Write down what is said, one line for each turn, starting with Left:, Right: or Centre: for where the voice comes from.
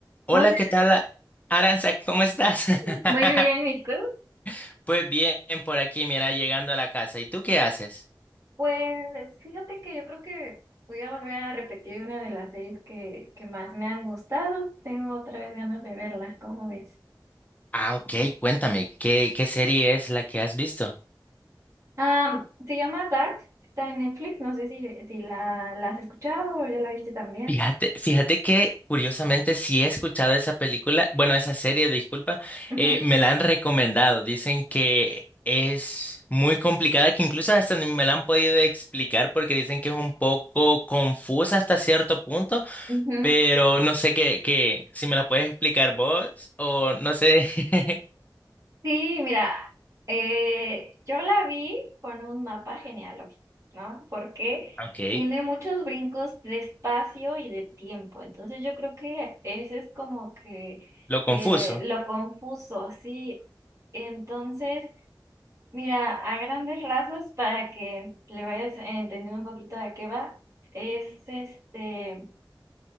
Left: Hola,
Right: Hola,
Left: ¿qué tal, Aranza? ¿Cómo estás? <laughs>
Right: <laughs> muy bien, ¿y tú?
Left: Pues bien, por aquí, mira, llegando a la casa. ¿Y tú qué haces?
Right: Pues fíjate que yo creo que voy a volver a repetir una de las series que, que más me han gustado. Tengo otra vez ganas de verla, ¿cómo ves?
Left: Ah, ok, cuéntame, ¿qué, qué serie es la que has visto?
Right: Ah, se llama Dark, está en Netflix, no sé si, si la, la has escuchado o ya la viste también.
Left: Fíjate, fíjate que curiosamente sí he escuchado esa película, bueno, esa serie, disculpa,
Right: Ujú,
Left: eh, me la han recomendado. Dicen que es muy complicada, que incluso hasta ni me la han podido explicar porque dicen que es un poco confusa hasta cierto punto.
Right: ujú.
Left: pero no sé qué, qué, si me la puedes explicar vos o no sé. <laughs>
Right: Sí, mira, eh, yo la vi con un mapa genealógico, ¿no? Porque
Left: Ok,
Right: tiene muchos brincos de espacio y de tiempo. Entonces yo creo que ese es como que
Left: lo confuso.
Right: eh, lo confuso, sí. Entonces, mira, a grandes rasgos, para que le vayas entendiendo un poquito de qué va, es este.